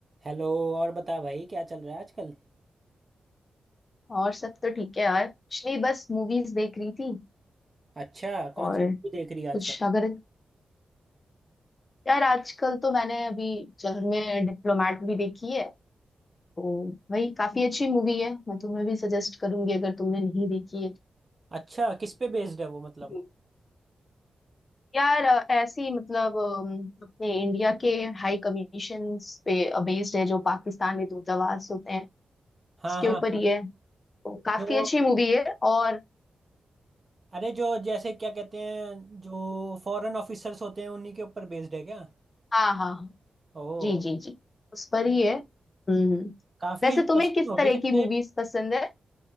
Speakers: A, on the right; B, on the left.
A: Hello और बता भाई क्या चल रहा है आजकल
B: और सब तो ठीक है यार कुछ नहीं बस मूवीज देख रही थी
A: अच्छा कौन
B: और
A: सी मूवी देख रही
B: कुछ
A: है आजकल
B: अगर यार आजकल तो मैंने अभी जल में डिप्लोमेट भी देखी है तो वही काफी अच्छी मूवी है मैं तुम्हें भी सजेस्ट करूंगी अगर तुमने नहीं देखी है
A: अच्छा किस पे बेस्ड है वो मतलब
B: तो। यार अ, ऐसी मतलब अम, अपने इंडिया के हाई कमीशन पे बेस्ड है जो पाकिस्तान में दूतावास होते हैं
A: हाँ
B: उसके
A: हाँ
B: ऊपर
A: हाँ,
B: ही है तो काफी
A: जो
B: अच्छी मूवी है और
A: अरे जो जैसे क्या कहते हैं जो फॉरेन ऑफिसर्स होते हैं उन्हीं के ऊपर बेस्ड है क्या
B: हाँ हाँ हाँ।
A: ओ
B: जी जी जी उस पर ही है हम्म हम्म।
A: काफी
B: वैसे
A: इंटरेस्टिंग
B: तुम्हें किस
A: होगी
B: तरह
A: फिर
B: की
A: तो
B: मूवीज
A: ये।
B: पसंद है